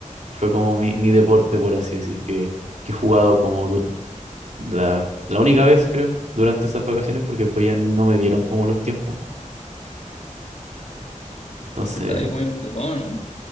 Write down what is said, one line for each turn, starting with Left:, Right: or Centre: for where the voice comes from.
Right: Fue como mi, mi deporte, por así decir, que, que he jugado como du- la, la única vez, creo, durante esas vacaciones, porque pues ya no me dieron como los tiempos. Entonces,
Left: Está ahí muy ocupado, ¿no?